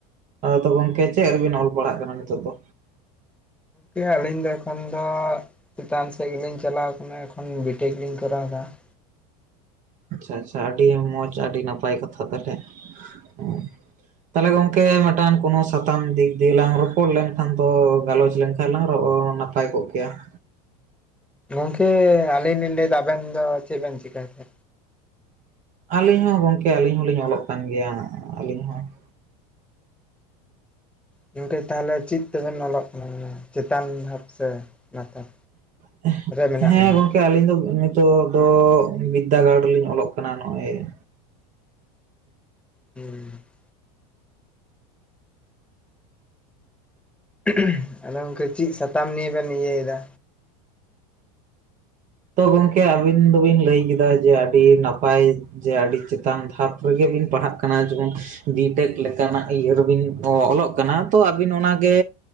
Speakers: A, on the right (about 40°); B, in the centre.
A: ᱟᱫᱚ ᱜᱚᱝᱠᱮ ᱪᱮᱫ ᱨᱮᱵᱤᱱ ᱚᱞ ᱯᱟᱲᱟᱜ ᱠᱟᱱᱟ ᱱᱤᱛᱚᱜ ᱫᱚ?
B: ᱜᱚᱢᱠ ᱟᱹᱞᱤᱧ ᱫᱚ ᱮᱠᱷᱚᱱ ᱫᱚ ᱪᱮᱛᱟᱱ ᱥᱮᱫ ᱜᱮᱞᱤᱧ ᱪᱟᱞᱟᱣ ᱠᱟᱱᱟ ᱮᱠᱷᱚᱱ ᱵᱤᱴᱮᱠ ᱞᱤᱧ ᱠᱚᱨᱟᱣ ᱮᱫᱟ ᱾
A: ᱟᱪᱪᱷᱟ ᱟᱪᱪᱷᱟ ᱟᱹᱰᱤ ᱢᱚᱸᱡᱽ ᱟᱹᱰᱤ ᱱᱟᱯᱟᱭ ᱠᱟᱛᱷᱟ ᱛᱟᱦᱚᱞᱮ, <inaudible> ᱦᱮᱸ ᱾ ᱛᱟᱦᱚᱞᱮ ᱜᱚᱝᱠᱮ ᱢᱤᱫᱴᱟᱝ ᱠᱳᱱᱳ ᱥᱟᱛᱟᱢ ᱫᱤᱠ ᱫᱤᱭᱮ ᱞᱟᱝ ᱨᱚᱯᱚᱲ ᱞᱮᱱᱠᱷᱟᱱ ᱫᱚ ᱜᱟᱞᱚᱪ ᱞᱮᱱ ᱠᱷᱟᱜ ᱞᱟᱝ ᱨᱚᱜ ᱦᱚᱸ ᱱᱟᱯᱟᱭ ᱠᱚᱜ ᱠᱮᱭᱟ ᱾
B: ᱜᱚᱝᱠᱮ ᱟᱹᱞᱤᱧ ᱞᱤᱧ ᱞᱟᱹᱭᱮᱫᱟ ᱟᱵᱮᱱ ᱫᱚ ᱪᱮᱫ ᱵᱮᱱ ᱪᱤᱠᱟᱭ ᱛᱮ?
A: ᱟᱹᱞᱤᱧ ᱦᱚᱸ ᱜᱚᱝᱠᱮ ᱟᱹᱞᱤᱧ ᱦᱚᱞᱤᱧ ᱚᱞᱚᱜ ᱠᱟᱱ ᱜᱮᱭᱟ ᱟᱹᱞᱤᱧ ᱦᱚᱸ ᱾
B: ᱜᱚᱢᱠᱮ ᱛᱟᱦᱚᱞᱮ ᱪᱮᱫ ᱛᱮᱵᱮᱱ ᱚᱞᱚᱜ ᱠᱟᱱᱟ? ᱪᱮᱛᱟᱱ ᱫᱷᱟᱵ ᱥᱮ ᱞᱟᱛᱟᱨ
A: <inaudible>
B: ᱨᱮ ᱢᱮᱱᱟᱜ
A: ᱦᱮᱸ
B: ᱵᱮᱱᱟ
A: ᱜᱚᱝᱠᱮ ᱟᱹᱞᱤᱧ ᱫᱚ ᱱᱤᱛᱚᱜ ᱫᱚ ᱵᱤᱫᱽᱫᱟᱹᱜᱟᱲ ᱨᱮᱞᱤᱧ ᱚᱞᱚᱜ ᱠᱟᱱᱟ ᱱᱚᱜ-ᱚᱭ ᱾
B: ᱦᱮᱸ ᱾ <inaudible> ᱟᱫᱚ ᱜᱚᱢᱠᱮ ᱪᱮᱫ ᱥᱟᱛᱟᱢ ᱱᱤᱭᱮ ᱵᱮᱱ ᱤᱭᱟᱹᱭ ᱮᱫᱟ?
A: ᱛᱚ ᱜᱚᱢᱠᱮ ᱟᱵᱤᱱ ᱫᱚᱵᱤᱱ ᱞᱟᱹᱭ ᱠᱮᱫᱟ ᱡᱮ ᱟᱹᱰᱤ ᱱᱟᱯᱟᱭ ᱡᱮ ᱟᱹᱰᱤ ᱪᱮᱛᱟᱱ ᱫᱷᱟᱯ ᱨᱮᱜᱮ ᱵᱤᱱ ᱯᱟᱲᱦᱟᱜ ᱠᱟᱱᱟ ᱾ ᱡᱮᱢᱚᱱ ᱵᱤ ᱴᱮᱠ ᱞᱮᱠᱟᱱᱟᱜ ᱤᱭᱟᱹ ᱨᱮᱵᱤᱱ ᱚ ᱚᱞᱚᱜ ᱠᱟᱱᱟ ᱛᱚ ᱟᱹᱵᱤᱱ ᱚᱱᱟᱜᱮ